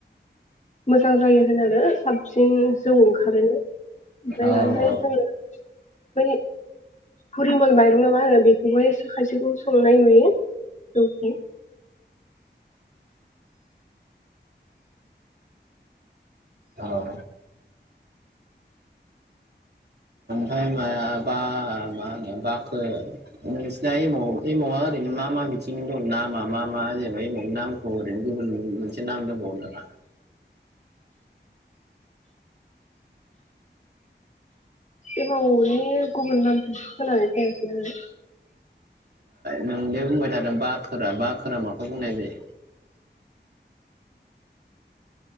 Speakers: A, on the left; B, on the right.
A: मोजां जायो होन आरो साबसिन जौ ओंखारोनो ओमफ्राय
B: औ
A: आरोहाय
B: औ
A: जोङो बै फुरिमल माइरं नामा होनो बेखौहाय खायसेखौ संनाय नुयो जौखौ।
B: औ है माया बा मा होनो बाखो नोंसिना एमाव एमावा ओरैनो मा मा बिथिं दं नामा मा मा जेनबा एमावनि नामखौ ओरैनो गुबुन गुबुन मोनसे नाम दंबावो नामा।
A: एमावनि गुबुन नाम खोनानै जायासै आङो
B: नोंदे बुंबाय थादों बाखोरा बाखोरा माखौ बुंनाय जायो।